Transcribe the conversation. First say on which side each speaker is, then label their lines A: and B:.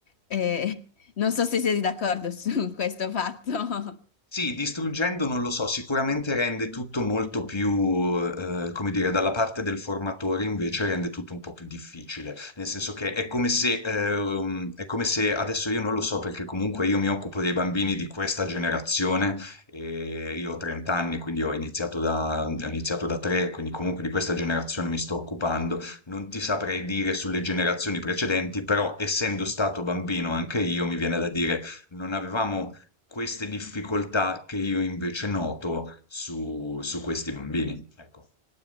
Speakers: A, on the left; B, on the left.
A: E <laughs> non so se siete d'accordo su <laughs> questo fatto.
B: Sì, distruggendo non lo so, sicuramente rende tutto molto più, eh, come dire, dalla parte del formatore invece rende tutto un po' più difficile, nel senso che è come se, eh, um, è come se adesso io non lo so perché comunque io mi occupo dei bambini di questa generazione, e io ho 30 anni, quindi ho iniziato da, ho iniziato da 3, quindi comunque di questa generazione mi sto occupando, non ti saprei dire sulle generazioni precedenti, però essendo stato bambino anche io mi viene da dire non avevamo queste difficoltà che io invece noto su, su questi bambini. Ecco.